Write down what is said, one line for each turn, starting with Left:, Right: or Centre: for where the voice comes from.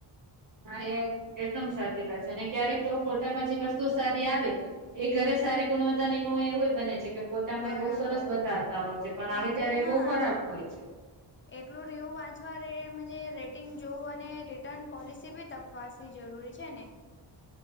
Right: હા એ એકદમ સાચી વાત છે અને ક્યારેક તો ફોટામાં જ બસ તો સારી આવે એ ઘરે સારી ગુણવત્તા નિ નોય એવોય બને છે કે ફોટામાં
Left: બરાબર
Right: એ બહુ સરસ બતાવતા હોય છે પણ આવે
Left: મજે
Right: ત્યારે
Left: હા
Right: બહુ ખરાબ હોય છે.
Left: એટલું રિવ્યુ વાંચવા રેવું રેટિંગ જોવું અને રિટર્ન પોલિસી બી તપ વાચવી જરૂરી છે ને